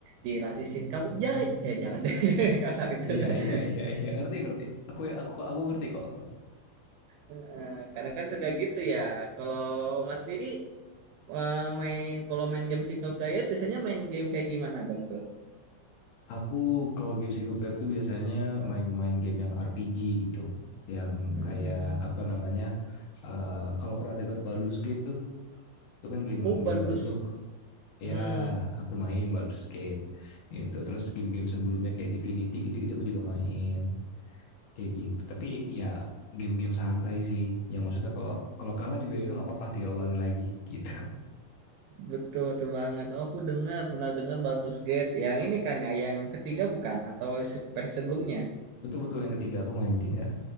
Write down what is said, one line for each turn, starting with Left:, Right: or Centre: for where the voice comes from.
Right: dirasisin kamu ya eh jangan deh <laughs> kasar itu
Left: iya
Right: <laughs>
Left: iya iya iya ngerti ngerti aku aku aku ngerti kok
Right: Heeh, kadang kan suka gitu ya kalau mas sendiri eh, main kalau main game single player biasanya main game kayak gimana bang tuh
Left: aku kalau game single player tuh biasanya main-main game yang RPG gitu yang
Right: hmm.
Left: kayak apa namanya eh, kalau pernah denger Baldur's Gate tuh itu kan game
Right: oh
Left: game
Right: Baldur's
Left: baru tuh
Right: hmm.
Left: Ya, aku main Baldur's Gate gitu. Terus game-game sebelumnya kayak Divinity gitu-gitu aku juga main kayak gitu. Tapi ya game-game santai sih. Yang maksudnya kalau kalau kalah juga ya udah nggak apa-apa, tinggal ulangin lagi gitu.
Right: betul betul banget oh, aku dengar pernah dengar Baldur's Gate yang ini kan ya yang ketiga bukan atau se- versi sebelumnya
Left: Betul-betul yang ketiga aku main yang ketiga.